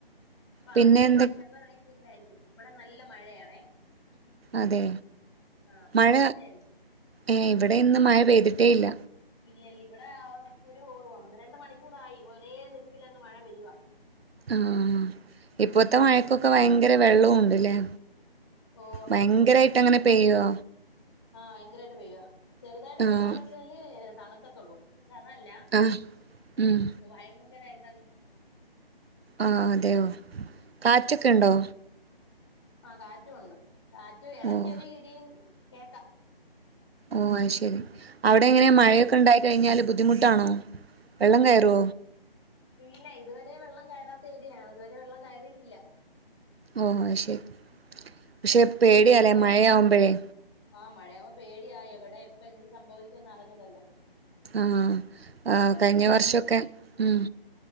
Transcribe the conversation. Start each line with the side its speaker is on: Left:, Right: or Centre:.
Left: അപ്പൊ
Right: പിന്നെ
Left: അത് കേൾക്കാൻ
Right: എന്ത
Left: ചെലപ്പോ റേയ്ജ് ഇല്ലായിരിക്കും ഇവിടെ നല്ല മഴയാണേ.
Right: അതെ
Left: ആഹ് അപ്പൊ
Right: മഴ
Left: റേഞ്ചിന്റെ ആയിരിക്കും
Right: ഏഹ് ഇവിടെ ഇന്ന് മഴ പെയ്തിട്ടേ ഇല്ല
Left: ഇല്ലല്ല ഇവിടെ ഒരു ഒന്ന് രണ്ട് മണിക്കൂറായി ഒരേ നിപ്പിലങ്ങ് മഴ പെയ്യുവാ.
Right: ആഹ് ഇപ്പോത്തെ മഴക്കൊക്കെ ഭയങ്കര വെള്ളവും ഉണ്ട്ല്ലേ
Left: ഓഹ് ഉണ്ട്
Right: ഭയങ്കരായിട്ട്
Left: ഉണ്ട്
Right: അങ്ങനെ പെയ്യുവോ
Left: ആഹ് ഭയങ്കരമായിട്ട് പെയ്യാ ചെറുതായിട്ട്
Right: ആഹ്
Left: പെയ്യുവാണെങ്കിൽ അല്ലേ തണുക്കത്തുള്ളൂ ഇത് അതല്ല
Right: ആഹ് ഉം
Left: ഭയങ്കരയിട്ടങ്ങ്
Right: ആ അതെയോ കാറ്റെക്കെ ഇണ്ടോ
Left: ആ കാറ്റു ഉണ്ട് കാറ്റു എടക്കാര്
Right: ഓഹ്
Left: ഇടീം കേക്കാ
Right: ഓ അയ് ശരി അവിടെ എങ്ങനെ മഴയൊക്കെ ഉണ്ടായി കഴിഞ്ഞാൽ ബുദ്ധിമുട്ടാണോ വെള്ളം കയറേ
Left: ഇല്ല ഇതുവരെ വെള്ളം കയറാത്ത ഏരിയാണ് ഇതുവരെ വെള്ളം കയറിയിട്ടില്ല
Right: ഓഹ് അയ് ശരി പക്ഷേ പേടി
Left: ഇവിടെ
Right: ആലെ മഴയാകുമ്പളെയ്
Left: ആ മഴയാവുബോ പേടിയായി എവിടെ എപ്പൊ എന്ത് സംഭവിക്കുവന്ന് അറിഞ്ഞൂടല്ലോ
Right: ആഹ്
Left: ഇതുപോലെയൊക്കെ
Right: ആ കഴിഞ്ഞ വർഷക്കെ ഉം